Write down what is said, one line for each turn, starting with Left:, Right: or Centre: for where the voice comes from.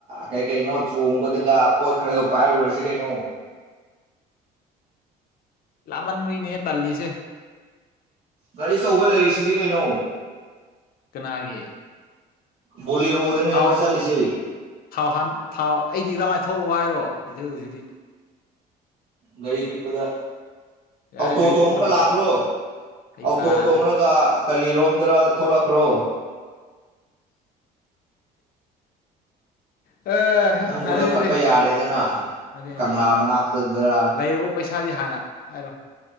Right: ꯀꯩ ꯀꯩꯅꯣ ꯊꯣꯡꯕꯗꯒ ꯄꯣꯠ ꯈꯔꯒ ꯄꯥꯏꯔꯨꯔꯁꯤ ꯀꯩꯅꯣ
Left: ꯂꯥꯃꯟꯕꯒꯤꯅꯦꯍ ꯇꯜꯂꯤꯁꯦ
Right: ꯒꯥꯔꯤ ꯇꯧꯕ ꯂꯩꯔꯤꯁꯤꯗꯤ ꯀꯩꯅꯣ
Left: ꯀꯅꯥꯒꯤ
Right: ꯕꯣꯂꯤꯦꯔꯣꯗꯅꯦ
Left: ꯊꯥꯎ
Right: ꯑꯩꯈꯣꯏ ꯆꯠꯂꯤꯁꯦ ꯑꯩ
Left: ꯊꯥꯎ ꯍꯥꯟ ꯊꯥꯎ ꯑꯩꯗꯤ ꯀꯔꯝꯍꯅ ꯊꯣꯛꯣꯛꯑꯣ ꯍꯥꯏꯔꯣ ꯑꯗꯨ ꯑꯗꯨꯗꯤ
Right: ꯔꯤ ꯄꯤ ꯄꯨꯗ
Left: ꯌꯥꯔꯦ
Right: ꯑꯣꯥꯎꯇꯣ
Left: ꯒꯥꯔꯤ
Right: ꯇꯣꯡꯉꯒ
Left: ꯄꯤꯕ ꯂꯩꯇꯦ
Right: ꯂꯥꯛꯈ꯭ꯔꯣ
Left: ꯍꯩꯄꯥꯗꯤ
Right: ꯑꯥꯎꯇꯣ ꯇꯣꯡꯉꯒ ꯀꯔꯤꯔꯣꯝꯗꯔ ꯊꯣꯛꯂꯛꯈ꯭ꯔꯣ
Left: ꯑ
Right: ꯅꯪꯕꯨ
Left: ꯅꯠꯇꯦ
Right: ꯂꯧꯈꯠꯄ
Left: ꯅꯠꯇꯦ
Right: ꯌꯥꯔꯦꯗꯅ
Left: ꯅꯠꯇꯦ ꯅꯠꯇꯦ
Right: ꯀꯪꯂꯥ ꯃꯅꯥꯛꯇꯗ꯭ꯔ
Left: ꯂꯩꯔꯕ ꯄꯩꯁꯥꯗꯤ ꯍꯥꯟꯅ ꯍꯥꯏꯔꯣ